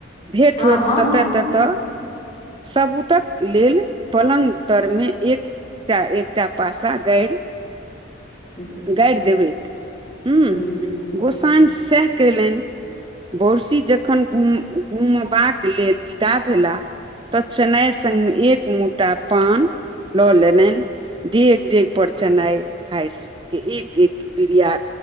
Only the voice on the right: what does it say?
भेट
होत
तते
तते। सबूतक लेल पलङ्ग तरमे एक। एकटा एकटा पासा गड़ि।
गड़ि देबै हू
गोसाईं
सएह कयलनि। बरसी जखन घुम घुमबाक लेल विदा भेला। तऽ चेनाइ संगमे एक मोटा। पान लऽ लेलनि डेग डेग पर चेनाइ भाइस। के एक एक बिरिया